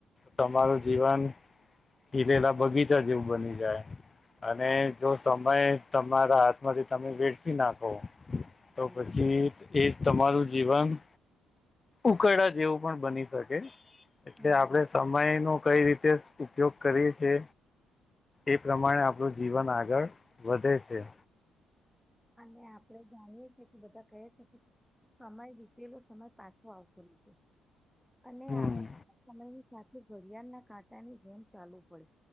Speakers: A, on the left; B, in the centre.
A: તમારું જીવન ખીલેલા બગીચા જેવું બની જાય અને જો સમય તમારા હાથમાંથી તમે વેઠફી નાખો તો
B: હમ
A: પછી એ તમારું જીવન ઉકરડા જેવું પણ બની શકે. એટલે
B: હમ
A: આપડે સમય નું કઈ રીતે તેસ ઉપયોગ કરીએ છે એ પ્રમાણે આપણું જીવન આગળ વધે છે. જે
B: અને આપણે જાણીએ છીએ બધા કહે છે કે સઅ સમય વીતેલો સમય પાછો આવતો નથી. અને
A: હમ
B: આપણે પણ સમય ની સાથે ઘડિયાલના કાંટા ની જેમ ચાલવું પડે